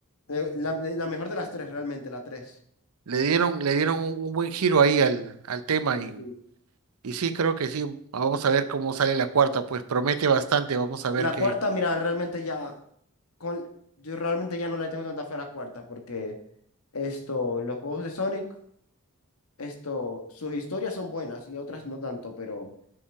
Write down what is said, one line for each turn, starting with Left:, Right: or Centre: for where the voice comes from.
Left: eh, La, eh, la mejor de las tres, realmente, la 3.
Right: le dieron, le dieron un, un buen giro ahí al, al tema
Left: Sí,
Right: y,
Left: sí.
Right: y sí, creo que sí, vamos a ver cómo sale la cuarta, pues promete bastante, vamos a ver
Left: La
Right: qué.
Left: cuarta, mira, realmente ya, con, yo realmente ya no le tengo tanta fe a la cuarta, porque esto, los juegos de Sonic. Esto, sus historias son buenas y otras no tanto, pero